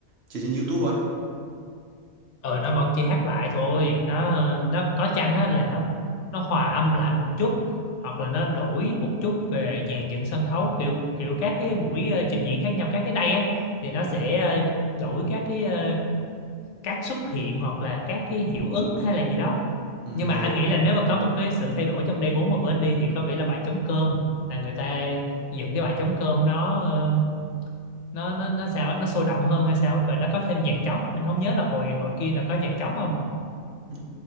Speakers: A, on the right; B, on the left.
A: chiếu trên YouTube ấy?
B: ừ nó vẫn chỉ hát lại thôi nó nó có chăng á là nó nó hòa âm lại một chút hoặc là nó đổi một chút về dàn dựng sân khấu kiểu kiểu các cái buổi ờ, trình diễn khác nhau các cái day á thì nó sẽ ờ, đổi các cái ờ, cách xuất hiện hoặc là các cái hiệu ứng hay là gì đó
A: Ừ,
B: nhưng mà
A: đội.
B: anh nghĩ là nếu mà có một cái sự thay đổi trong day 4 mà bữa anh đi thì có vẻ là bài trống cơm là người ta dựng cái bài trống cơm nó ờ, nó nó nó sao á, nó sôi động hơn hay sao á, và nó có thêm dàn trống anh không nhớ là hồi hồi kia là có dàn trống không
A: Ừ,